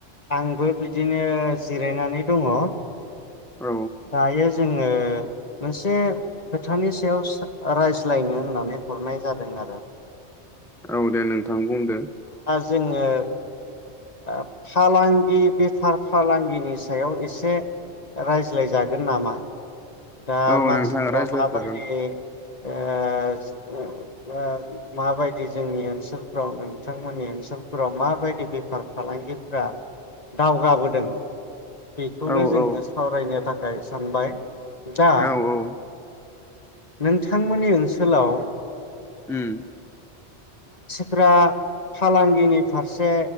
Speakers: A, on the left; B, in the centre.
A: आंबो बिदिनो जिरायनानै दङ
B: औ।
A: दायो जोङो मोनसे खोथानि सायावसो रायज्लायनो होननानै हरनाय जादों आरो।
B: औ दे नोंथां बुंदो।
A: जोङो। आ फालांगि बेफार फालांगिनि सायाव एसे रायज्लायजागोन नामा? दा
B: औ
A: मानसिफ्रा
B: नोंथां रायज्लायजागोन
A: माबायदि? ओ माबायदि जोंनि ओनसोलफ्राव नोंथांमोननि ओनसोलफोराव माबायदि बेफार फालांगिफ्रा दावगाबोदों। बेखौनो
B: औ
A: जोङो।
B: औ
A: सावरायनो थाखाय सानबाय। दा।
B: औ औ
A: नोंथांमोननि ओनसोलाव।
B: उम।
A: फोरा फालांगिनि फारसे